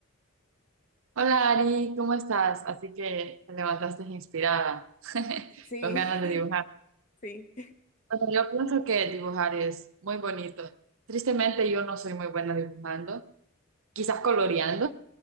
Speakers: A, on the right; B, on the left.
A: Hola Ari, ¿cómo estás? Así que te levantaste inspirada, <laughs>
B: <laughs> Sí,
A: con ganas de dibujar.
B: <laughs> sí.
A: Bueno, yo pienso que dibujar es muy bonito. Tristemente yo no soy muy buena dibujando, quizás coloreando,